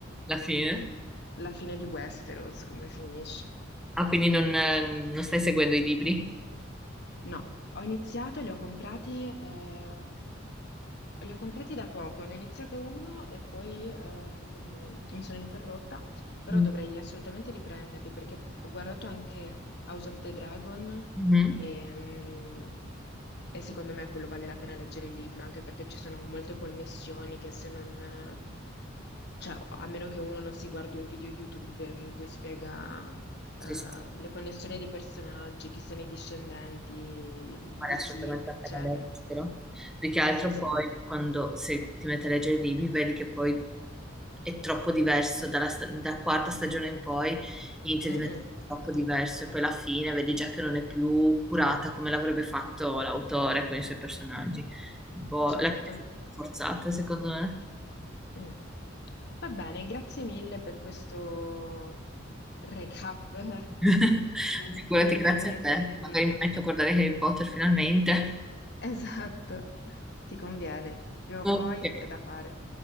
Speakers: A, in the centre; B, on the left.
A: la fine.
B: la fine di Westeros, come finisce.
A: Ah, quindi non, eh, non stai seguendo i libri?
B: No, ho iniziato, e li ho comprati, eh, Li ho comprati da poco, ne ho iniziato uno e poi eh, mm, mi sono interrotta, però
A: Mm.
B: dovrei assolutamente riprenderli perché ho guardato anche House of the Dragon
A: Mhm.
B: e, mm, e secondo me quello vale la pena leggere il libro, anche perché ci sono molte connessioni che se non, eh, cioè a meno che uno non si guardi un video YouTube in cui spiega
A: Sì,
B: eh,
A: sì.
B: le connessioni dei personaggi, chi sono i discendenti, di
A: vale assolutamente
B: chi, eccetera.
A: la pena leggerlo. Più che altro
B: Sì,
A: poi
B: sì.
A: quando se ti metti a leggere i libri vedi che poi è troppo diverso dalla sta- da quarta stagione in poi inizia
B: Mm,
A: a diventare
B: mm.
A: troppo diverso e poi alla fine vedi già che non è più curata come l'avrebbe fatto l'autore con i suoi personaggi. Un po' la
B: Certo.
A: forzata, secondo me.
B: Mm. Va bene, grazie mille per questo recap <laughs>
A: <laughs>
B: su
A: Figurati,
B: film
A: grazie
B: e
A: a te.
B: serie
A: Magari
B: TV.
A: mi metto a guardare Harry Potter finalmente.
B: Esatto, ti conviene, prima o
A: <laughs>
B: poi
A: Ok.
B: è da fare.